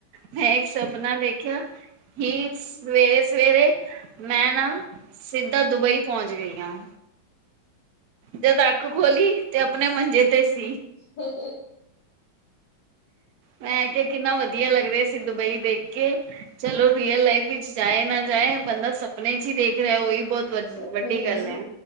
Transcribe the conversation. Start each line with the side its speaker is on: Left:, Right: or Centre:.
Right: ਮੈਂ ਇੱਕ ਸਪਨਾ ਦੇਖਿਆ। ਹੀ ਸਵੇਰੇ -ਸਵੇਰੇ ਮੈਂ ਨਾ ਸਿੱਧਾ ਦੁਬਈ ਪਹੁੰਚ ਗਈ ਹਾਂ। ਜਦ ਅੱਖ ਖੋਲੀ, ਤੇ ਆਪਣੇ ਮੰਜੇ ਤੇ ਸੀ।
Left: ਹ-ਹਾਂ।
Right: ਮੈਂ ਕਿਹਾ ਕਿੰਨਾ ਵਧੀਆ ਲੱਗ ਰਿਹਾ ਸੀ ਦੁਬਈ ਦੇਖ ਕੇ, ਚਲੋ ਰੀਅਲ ਲਾਈਫ ਵਿੱਚ ਜਾਏ ਨਾ ਜਾਏ ਬੰਦਾ ਸਪਨੇ ਚ' ਹੀ ਦੇਖ ਰਿਹਾ ਉਹੀ ਬਹੁਤ ਵੱ
Left: ਸਪਨੇ
Right: ਵੱਡੀ ਗੱਲ
Left: ਜੀ।
Right: ਹੈ।